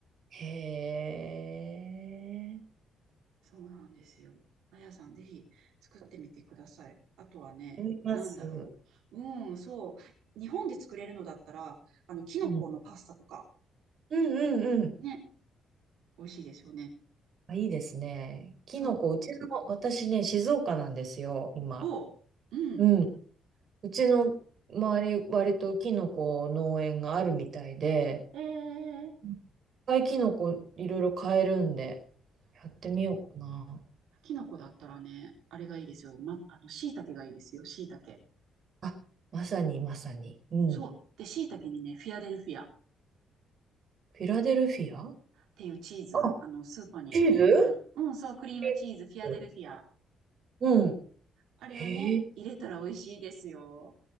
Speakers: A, on the right; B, on the right.
A: へえ。
B: そうなんですよ。あやさん、ぜひ作ってみてください。あとはね、
A: 思います。
B: なんだろう。うん、そう。日本で作れるのだったら、あの、キノコのパスタとか、
A: うん、うんうんうん。
B: ね、美味しいですよね。
A: あ、いいですね。キノコ、
B: そう。
A: うちの、私ね、静岡なんですよ、今。
B: を、うん、
A: うん。うちの周り、割とキノコ農園があるみたいで、
B: ええー、
A: いっぱいキノコいろいろ買えるんで、やってみようかな。
B: キノコだったらね、あれがいいですよ。ま、あの、椎茸がいいですよ、椎茸。
A: あ、まさにまさに。うん。
B: そう。で、椎茸にね、フィアデルフィアっ
A: フィラデルフィア
B: ていうチーズ、
A: あ、
B: あの、スーパーに売ってる。
A: チーズ
B: うん、そう、クリームチーズ、
A: チーズ
B: フィアデルフィア。
A: うん。
B: あれをね、
A: へえ、
B: 入れたら美味しいですよ。